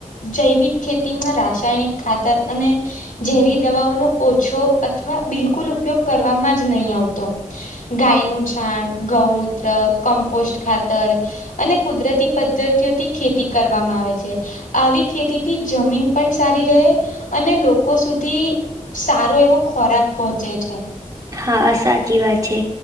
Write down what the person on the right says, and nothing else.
હા સાચી વાત છે